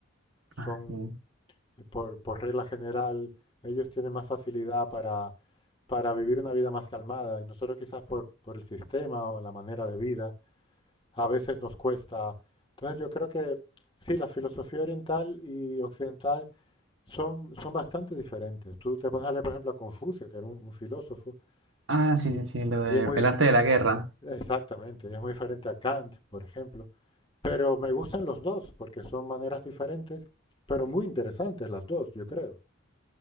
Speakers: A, on the left; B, on the right.
A: Son,
B: ah, sí.
A: eh, por, por regla general, ellos tienen más facilidad para, para vivir una vida más calmada y nosotros quizás por, por el sistema o la manera de vida a veces nos cuesta. Entonces yo creo que sí, la filosofía oriental y occidental son, son bastante diferentes. Tú te pones a leer, por ejemplo, a Confucio, que era un, un filósofo,
B: Ah, sí,
A: y,
B: sí, sí, lo de
A: y es muy,
B: el
A: dif-
B: arte de la guerra.
A: exactamente, es muy diferente a Kant, por ejemplo. Pero me gustan los dos, porque son maneras diferentes, pero muy interesantes las dos, yo creo.